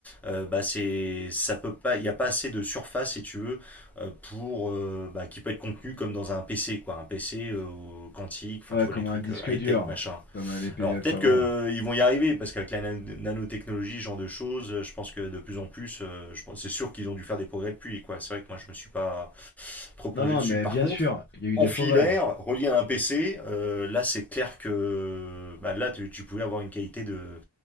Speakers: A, in the centre; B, on the left.
A: euh, bah c'est, ça peut pas, il n'y a pas assez de surface, si tu veux, euh, pour euh, bah, qui peut être contenu comme dans un PC quoi, un PC euh, quantique, enfin
B: Ouais,
A: tu vois
B: comme
A: les trucs
B: un disque
A: euh, high
B: dur,
A: tech machin.
B: comme euh, les P
A: Alors
B: D
A: peut-être
B: F enfin
A: qu'ils
B: voilà.
A: vont y arriver parce qu'avec la nan- nanotechnologie, ce genre de choses, euh, je pense que de plus en plus, euh, je pense c'est sûr qu'ils ont dû faire des progrès depuis quoi. C'est vrai que moi je me suis pas trop plongé
B: Non, non,
A: dessus.
B: mais
A: Par
B: bien
A: contre,
B: sûr, il y a eu
A: en
B: des
A: filaire,
B: progrès.
A: relié à un PC, euh, là c'est clair que bah, là tu, tu pouvais avoir une qualité de